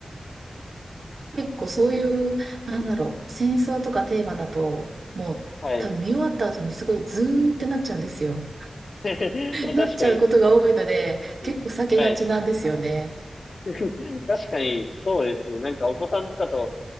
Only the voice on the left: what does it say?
はい。<laughs> まあ確かに、
そうですねはい。
<laughs> 確かに、そうですね。なんかお子さんとかと